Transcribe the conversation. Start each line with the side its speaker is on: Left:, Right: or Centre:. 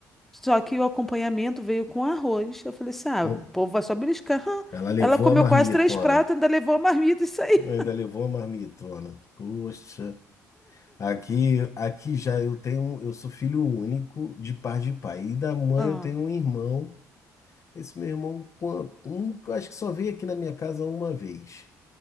Centre: Só que o acompanhamento veio com arroz. Eu falei assim: ah,
Left: não.
Centre: o povo vai só beliscar. Hã?
Left: Ela levou
Centre: Ela comeu
Left: a marmitona.
Centre: quase três pratos, ainda levou a marmita e saiu.
Left: Ainda
Centre: <laughs>
Left: levou a marmitona. Poxa. Aqui, aqui já eu tenho... Eu sou filho único de par de pai. E da mãe
Centre: Ah,
Left: eu tenho um irmão Esse meu irmão, quan- um- acho que só veio aqui na minha casa uma vez.